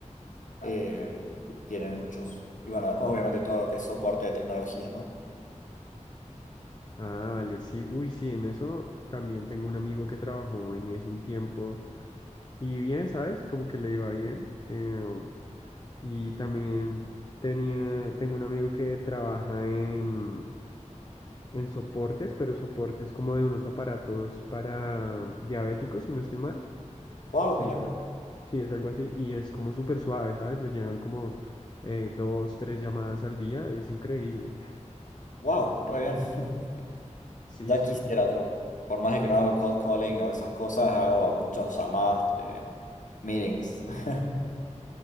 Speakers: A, on the left; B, on the left.
A: eh, tienen muchos. Y bueno, después obviamente todo lo que es soporte de tecnología, ¿no?
B: Ah, vale, sí, uy, sí, en eso también tengo un amigo que trabajó en eso un tiempo y bien, ¿sabes? Como que le iba bien. eh, y también tenía, tengo un amigo que trabaja en, en soportes, pero soportes como de unos aparatos para diabéticos, si no estoy mal.
A: ¡Wow!
B: Sí,
A: Mira,
B: creo. Sí, es algo así. Y es como súper suave, ¿sabes? Le llegan como eh, dos, tres llamadas al día. Es increíble.
A: ¡wow! Re bien. <laughs>
B: Sí,
A: Ya
B: sí,
A: quisiera
B: sí.
A: yo. Por más de que no hago cold calling o esas cosas, hago muchas llamadas, eh, meetings. <laughs>